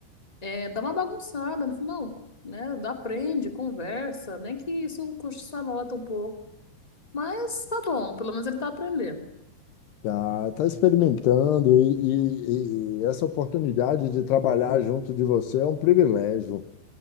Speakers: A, on the left (about 15°); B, on the left (about 70°).
A: é, dar uma bagunçada. Ele falou, não, né? Aprende, conversa, nem que isso custe sua nota um pouco. Mas tá bom, pelo menos ele tá aprendendo.
B: Tá, tá experimentando e, e- e essa oportunidade de trabalhar junto de você é um privilégio.